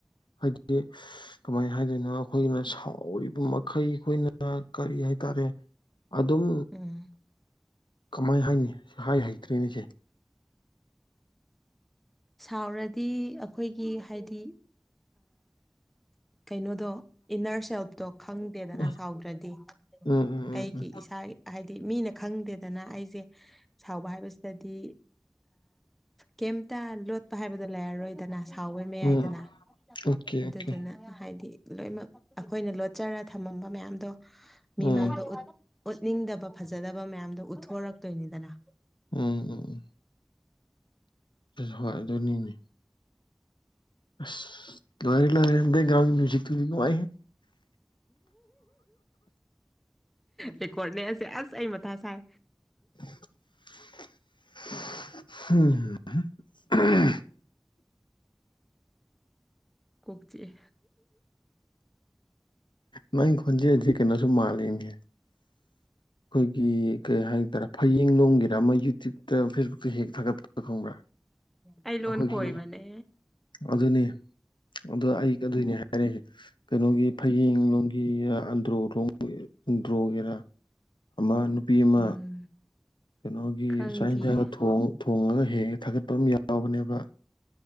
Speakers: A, on the left; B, in the centre.
A: ꯍꯥꯏꯗꯤ ꯀꯃꯥꯏꯅ ꯍꯥꯏꯗꯣꯏꯅꯣ ꯑꯩꯈꯣꯏꯅ ꯊꯥꯎꯔꯤꯕ ꯃꯈꯩ ꯑꯩꯈꯣꯏꯅ ꯀꯔꯤ ꯍꯥꯏꯇꯥꯔꯦ ꯑꯗꯨꯝ
B: ꯎꯝ
A: ꯀꯃꯥꯏ ꯍꯥꯏꯅꯤ ꯍꯥꯏ ꯍꯩꯇ꯭ꯔꯦꯅꯦꯁꯦ
B: ꯁꯥꯎꯔꯗꯤ ꯑꯩꯈꯣꯏꯒꯤ ꯍꯥꯏꯗꯤ ꯀꯩꯅꯣꯗꯣ ꯏꯟꯅꯔ ꯁꯦꯜꯐꯇꯣ ꯈꯪꯗꯦꯗꯅ
A: ꯎꯝ ꯎꯝ
B: ꯁꯥꯎꯗ꯭ꯔꯗꯤ
A: ꯎꯝ
B: ꯑꯩꯒꯤ
A: ꯎꯝ
B: ꯏꯁꯥ ꯍꯥꯏꯗꯤ ꯗꯤ ꯃꯤꯅ ꯈꯪꯗꯦꯗꯅ ꯑꯩꯁꯦ ꯁꯥꯎꯕ ꯍꯥꯏꯕꯁꯤꯗꯗꯤ ꯀꯩꯝꯇ ꯂꯣꯠꯄ ꯍꯥꯏꯕꯗꯣ ꯂꯩꯔꯔꯣꯏꯗꯅ ꯁꯥꯎꯕꯩ ꯃꯌꯥꯏꯗꯅ
A: ꯎꯝ ꯑꯣꯀꯦ
B: ꯑꯗꯨꯗꯨꯅ
A: ꯑꯣꯀꯦ
B: ꯍꯥꯏꯗꯤ ꯂꯣꯏꯅꯃꯛ ꯑꯩꯈꯣꯏꯅ ꯂꯣꯠ ꯎꯠꯆꯔ ꯊꯝꯃꯝꯕ ꯃꯌꯥꯝꯗꯣ ꯃꯤ
A: ꯎꯝ
B: ꯃꯥꯡꯗ ꯎꯠꯅꯤꯡꯗꯕ ꯐꯖꯗꯕ ꯃꯌꯥꯝꯗꯣ ꯎꯠꯊꯣꯛ ꯍꯧꯔꯛꯇꯣꯏꯅꯤꯗꯅ
A: ꯎꯝ ꯎꯝ ꯍꯣꯏ ꯑꯗꯨꯅꯤꯅꯦ ꯑꯁ ꯂꯣꯏꯔꯦ ꯂꯣꯏꯔꯦ ꯕꯦꯛꯒꯣꯟ ꯃꯨꯢꯖꯤꯛꯇꯨꯗꯤ ꯅꯨꯡꯉꯥꯏꯍꯦ
B: ꯔꯀꯣꯔꯅꯦ ꯑꯁꯦ ꯑꯁ ꯑꯩ ꯃꯊꯥ ꯁꯥꯏ
A: <inaudible> ꯍꯝ
B: ꯀꯣꯛꯆꯤꯛꯑꯦ
A: ꯅ ꯈꯣꯟꯖꯤꯖꯤ ꯀꯩꯅꯅꯥꯁꯨ ꯃꯥꯟꯂꯤꯅꯦ ꯍꯣꯏ ꯒꯤ ꯀꯩ ꯍꯥꯏꯇꯥꯔꯦ ꯐꯌꯦꯡ ꯂꯣꯡꯝꯒꯤꯔꯥ ꯑꯃ ꯌꯨꯇ꯭ꯌꯨꯕꯇ ꯐꯦꯁꯕꯨꯛꯇ ꯍꯦꯛ ꯊꯥꯒꯠꯄ ꯈꯪꯕ꯭ꯔꯥ
B: ꯑꯩ ꯂꯣꯅ
A: ꯑꯩꯈꯣꯏꯒꯤ
B: ꯈꯣꯏ ꯕꯅꯦ
A: ꯑꯗꯨꯅꯤ ꯑꯗ ꯑꯩ ꯑꯗꯨꯗꯣꯏꯅꯦ ꯍꯥꯏꯔꯁꯦ ꯀꯩꯅꯣꯒꯤ ꯐꯌꯦꯡ ꯂꯣꯝꯒꯤ ꯑꯟꯗ꯭ꯔꯣ ꯂꯣꯝꯒꯤ ꯑꯟꯗ꯭ꯔꯣ ꯒꯤꯔꯥ ꯑꯃ ꯅꯨꯄꯤ ꯑꯃ
B: ꯎꯝ
A: ꯀꯩꯅꯣꯒꯤ
B: ꯈꯪꯗꯤꯌꯦ
A: ꯆꯥꯛ ꯌꯦꯟꯁꯥꯡꯒ ꯊꯣꯡ ꯊꫭꯡꯉꯒ ꯍꯦꯛ ꯍꯦꯛ ꯊꯥꯒꯠ ꯄꯝ ꯌꯥꯎꯕꯅꯦꯕ